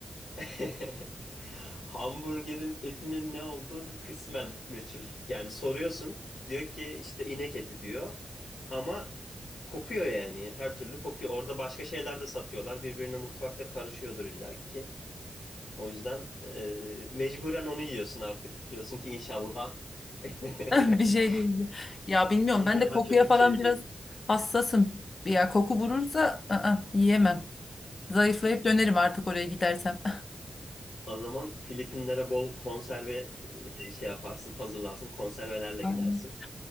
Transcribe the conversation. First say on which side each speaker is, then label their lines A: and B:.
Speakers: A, on the left (about 90°); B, on the left (about 60°).
A: <laughs> Hamburgerin etinin ne olduğu kısmen meçhul. Yani soruyorsun diyor ki işte inek eti diyor ama kokuyor yani her türlü kokuyor. Orada başka şeyler de satıyorlar birbirine mutfakta karışıyordur illaki. O yüzden e, mecburen onu yiyorsun artık. Diyorsun ki inşallah <laughs>
B: <laughs> Bir şey değildi. Ya bilmiyorum
A: inşallah
B: ben de kokuya
A: kötü
B: falan
A: bir şey
B: biraz
A: değildir.
B: hassasım. Ya koku vurursa ı-ı, yiyemem. Zayıflayıp dönerim artık oraya gidersem.
A: O zaman Filipinlere bol konserve e, şey yaparsın, hazırlarsın, konservelerle
B: <laughs> Aynen.
A: gidersin.